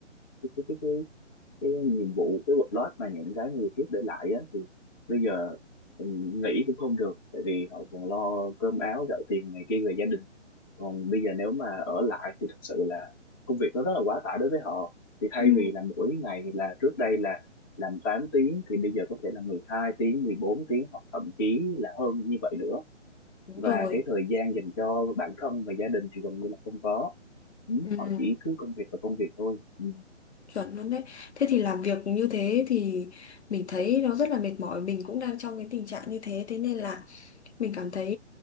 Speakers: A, on the left; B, on the left.
A: cái cái cái, cái cái nhiệm vụ cái workload mà những cái người trước để lại á thì bây giờ ừ, nghỉ cũng không được tại vì họ còn lo cơm áo gạo tiền này kia về gia đình còn bây giờ nếu mà ở lại thì thật sự là công việc nó rất là quá tải đối với họ thì thay
B: Ừ,
A: vì là mỗi ngày là trước đây là làm tám tiếng thì bây giờ có thể là mười hai tiếng mười bốn tiếng hoặc thậm chí là hơn như vậy nữa
B: đúng
A: và
B: rồi.
A: cái thời gian dành cho bản thân và gia đình thì gần như là không có Ừ,
B: Ừ,
A: họ chỉ cứ công việc và công việc thôi ừ.
B: chuẩn luôn đấy. Thế thì làm việc như thế thì mình thấy nó rất là mệt mỏi. Mình cũng đang trong cái tình trạng như thế. Thế nên là mình cảm thấy